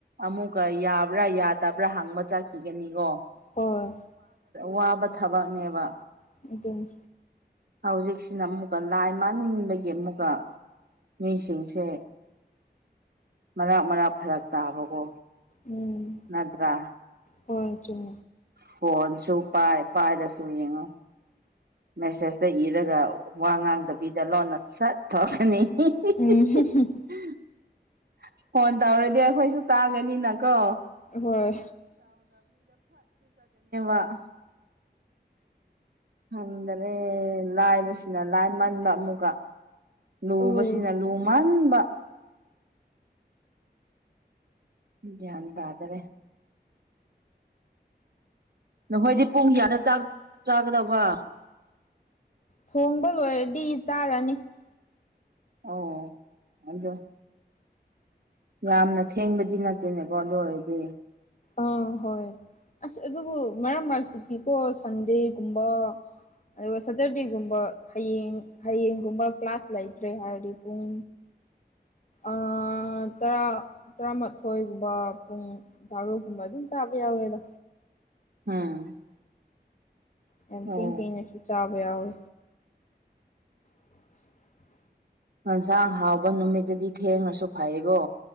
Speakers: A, on the right; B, on the left.
A: ꯑꯃꯨꯛꯀ ꯌꯥꯕ꯭ꯔꯥ ꯌꯥꯗꯕ꯭ꯔꯥ ꯍꯪꯕ ꯆꯠꯈꯤꯒꯅꯤꯀꯣ
B: ꯍꯣꯏ
A: ꯋꯥꯕ ꯊꯕꯛꯅꯦꯕ
B: ꯑꯗꯨꯅꯤ
A: ꯍꯧꯖꯤꯛꯁꯤꯅ ꯑꯃꯨꯛꯀ ꯂꯥꯏ ꯃꯟꯕꯒꯤ ꯑꯃꯨꯛꯀ ꯃꯤꯁꯤꯡꯁꯦ ꯃꯔꯛ ꯃꯔꯛ ꯐꯔꯛ ꯇꯥꯕꯀꯣ
B: ꯎꯝ
A: ꯅꯠꯇ꯭ꯔꯥ
B: ꯍꯣꯏ ꯆꯨꯝ
A: ꯐꯣꯟꯁꯨ ꯄꯥꯏ ꯄꯥꯏꯔꯁꯨ ꯌꯦꯡꯉꯣ ꯃꯦꯁꯦꯖꯇ ꯏꯔꯒ ꯋꯥ ꯉꯥꯡꯗꯕꯤꯗ ꯂꯣꯟꯅ ꯁꯠ ꯊꯣꯛꯀꯅꯤ <unintelligible>
B: ꯎꯝ <unintelligible>
A: <unintelligible> ꯐꯣꯟ ꯇꯧꯔꯗꯤ ꯑꯩꯈꯣꯏꯁꯨ ꯇꯥꯒꯅꯤꯅꯀꯣ
B: ꯍꯣꯏ
A: <unintelligible> ꯍꯟꯒꯅꯦ ꯂꯥꯏꯕꯁꯤꯅ ꯂꯥꯏ ꯃꯟꯕ ꯑꯃꯨꯛꯀ ꯂꯨꯕꯁꯤꯅ
B: ꯎꯝ
A: ꯂꯨꯃꯟꯕ ꯒ꯭ꯔꯤꯟ ꯇꯥꯗꯔꯦ ꯅꯈꯣꯏꯗꯤ ꯄꯨꯡ ꯀꯌꯥꯗꯥ ꯆꯥꯛ ꯆꯥꯒꯗꯕ
B: ꯊꯣꯡꯕ ꯂꯣꯏꯔꯗꯤ ꯆꯥꯔꯅꯤ
A: ꯑꯣ ꯑꯗꯣ ꯌꯥꯝꯅ ꯊꯦꯡꯕꯗꯤ ꯅꯠꯇꯦꯅꯦꯀꯣ ꯑꯗꯨ ꯑꯣꯏꯔꯗꯤ
B: ꯑꯥ ꯍꯣꯏ ꯑꯁ ꯑꯗꯨꯕꯨ ꯃꯔꯛ ꯃꯔꯛꯇꯒꯤꯀꯣ ꯁꯟꯗꯦꯒꯨꯝꯕ ꯑꯗꯨꯒ ꯁꯇꯔꯗꯦꯒꯨꯝꯕ ꯍꯌꯦꯡ ꯍꯌꯦꯡꯒꯨꯝꯕ ꯀ꯭ꯂꯥꯁ ꯂꯩꯇ꯭ꯔꯦ ꯍꯥꯏꯔꯗꯤ ꯄꯨꯡ ꯑ ꯇꯥꯔ ꯇꯔꯥꯃꯥꯊꯣꯏꯒꯨꯝꯕ ꯄꯨꯡ ꯕꯥꯔꯣꯒꯨꯝꯕ ꯑꯗꯨꯝ ꯆꯥꯕ ꯌꯥꯎꯋꯦꯗ
A: ꯎꯝ
B: ꯌꯥꯝ
A: ꯑꯣ
B: ꯊꯦꯡ ꯊꯦꯡꯅꯁꯨ ꯆꯥꯕ ꯌꯥꯎꯋꯦ <inaudible>
A: ꯌꯦꯟꯁꯥꯡ ꯍꯥꯎꯕ ꯅꯨꯃꯤꯠꯇꯗꯤ ꯊꯦꯡꯉꯁꯨ ꯐꯩꯌꯦꯀꯣ